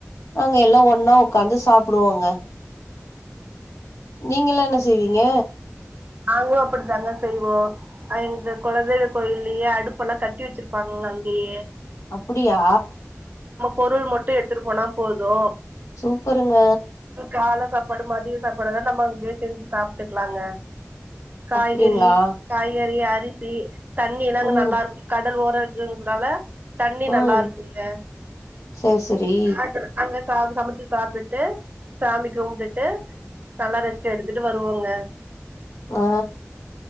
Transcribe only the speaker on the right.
நாங்களு அப்படித்தாங்க செய்வோ அ இது கொலதெய்வ கோயில்லயே அடுப்பு எல்லா கட்டி வெச்சிருப்பாங்க அங்கேயே
பொருள் மட்டு எத்துட்டு போனா போது
கால சாப்பாடு மதிய சாப்பாடு எல்லா நம்ம அங்கயே செஞ்சு சாப்ட்டுக்குலாங்க காய்கறி
காய்கறி அரிசி தண்ணி எல்லா அங்க
நல்லா இரு கடல் ஓ கடல் இருக்குறனால தண்ணி நல்லா
இருக்கும்ங்க
அ அங்க <unintelligible> சமச்சு சாப்ட்டுட்டு சாமி கும்ட்டுட்டு நல்லா ரெஸ்ட் எடுத் துட்டு வருவோங்க